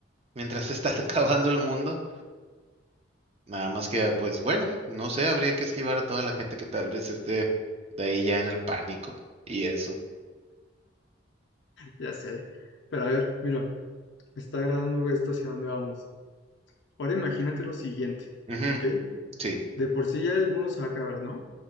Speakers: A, on the right; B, on the left.
A: mientras se está <laughs> acabando el mundo. Nada más que, pues bueno, no sé, habría que esquivar a toda la gente que tal vez esté de ahí ya en el pánico y eso.
B: Ya sé, pero a ver, mira, me está agradando esto hacia dónde vamos. Ahora imagínate lo siguiente,
A: Ujú,
B: ¿ok?
A: sí,
B: De por sí ya el mundo se va a acabar, ¿no?